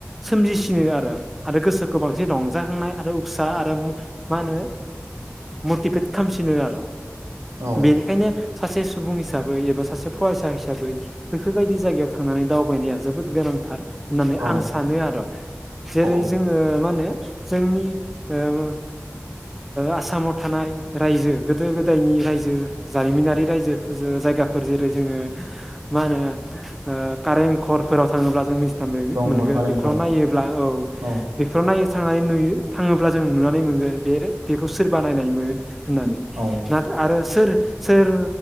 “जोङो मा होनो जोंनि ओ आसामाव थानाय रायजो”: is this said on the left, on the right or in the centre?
Centre